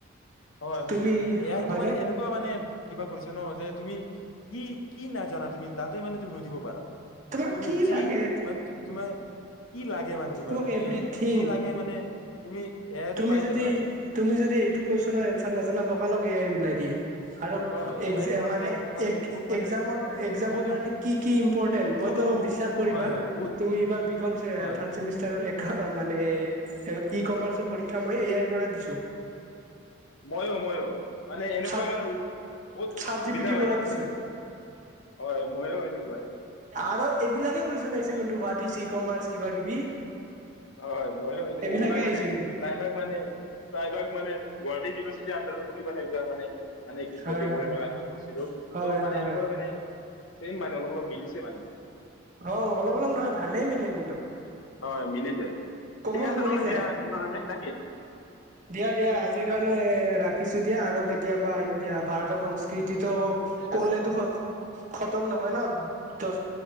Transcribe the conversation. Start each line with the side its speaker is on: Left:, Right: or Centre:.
Left: হয়
Right: তুমি
Left: এ আইটো
Right: হয়
Left: মানে
Right: ন
Left: এনেকুৱা মানে কিবা কৰিছে ন যে তুমি কি কি নাজানা তুমি তাতে মানে তুমি সুধিব পাৰা
Right: তোমাক
Left: তুমি
Right: কি
Left: যি
Right: লাগে
Left: মানে তোমাৰ কি লাগে মানে তোমাৰ
Right: তোমাক
Left: মানে
Right: এভৰিথিং
Left: যি লাগে মানে তুমি এ আইতে
Right: তুমি
Left: পাই
Right: যদি,
Left: যাবা আজিকালি
Right: তুমি যদি এইটো কুৱেশ্যনৰ এনচ চাল নাজানা লগা লগ এ আই ওলাই দিয়ে। আৰু
Left: হয়
Right: এক্জাম
Left: এ আই তোমাক
Right: মানে
Left: ডাইৰেক্ট তোমাৰ
Right: এক
Left: বহুত মানে
Right: এক্জামৰ এক্জামৰ
Left: বহুত
Right: কাৰনে
Left: উপ-
Right: কি কি ইম্পৰ্টেন্ট মইতো
Left: বহুত উ-
Right: বিশ্বাস কৰিবা
Left: হয় হয় বহুত
Right: তুমি এইবাৰ বি ক'ম
Left: হয়
Right: থাৰ্ডচেমিষ্টাৰৰ মানে ই কমাৰ্চৰ পৰী মই এ আইৰ পৰা দিছোঁ।
Left: মইও, মইও মানে এনেকুৱা
Right: চাত
Left: মানে বহুত
Right: চাত
Left: সুবিধা
Right: জি পি টিৰ পৰা
Left: মানে
Right: দিছো
Left: হয় মইও এনেকুৱা।
Right: আৰ' এইবিলাকে কইছন নে আহিছ কিন্তু দু ভাটিচ ই কমাৰ্চ কিবা কিবি
Left: হয়, হয়, মই এনেকুৱাই
Right: এইবিলাকে আহিছে
Left: মানে
Right: কিন্তু
Left: প্ৰায়ভাগ মানে, প্ৰায়ভাগ মানে গুৱাহাটি ইউনিভাৰচিটিৰ আণ্ডাৰত <unintelligible> মানে মানে
Right: হয়
Left: ট'পিক
Right: হয়
Left: বোৰ
Right: হয়
Left: এনেকুৱা এনেকুৱা কৈছিলো
Right: হয়
Left: ত' মানে
Right: হয়
Left: এনেকুৱা
Right: হয়
Left: মানে চেম মানে অলপ অলপ মিলিছে মানে ন
Right: অ', অলপ অলপ নহয় ভালেই মিলে কোনটো।
Left: হয়, মিলি যায়।
Right: কমন
Left: ঠিক আছে
Right: পৰি
Left: নহ'লে
Right: যায়
Left: দিয়া, আজিৰ কাৰণে না কি।
Right: দিয়া দিয়া আজিৰ কাৰণে এ ৰাখিছো দিয়া আৰু কেতি কেতিয়াবা আহিম দিয়া, ভাৰতৰ সংস্কৃতিত ত'
Left: ঠিক
Right: ক'লেটো
Left: আছে
Right: খত তম নহয় ন' দছ